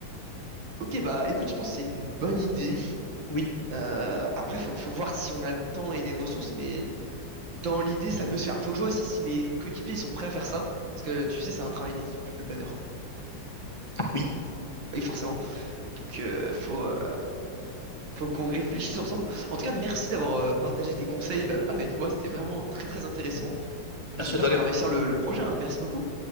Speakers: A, on the right (about 80°); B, on the left (about 40°).
A: Ok bah écoute je pense que c'est une bonne idée.
B: Oui,
A: Euh, après faut, faut voir si on a le temps et les ressources mais dans l'idée ça peut se faire. Faut que je vois aussi si mes coéquipiers sont prêts à faire ça parce que tu sais c'est un travail d'équipe le planeur.
B: oui.
A: Oui forcément. Donc euh, faut euh, faut qu'on réfléchisse ensemble. En tout cas merci d'avoir euh, partagé tes conseils euh, avec moi c'était vraiment très très intéressant.
B: Merci
A: et j'espère
B: à toi,
A: qu'on
B: gamin.
A: va réussir le, le projet. hein. Merci beaucoup.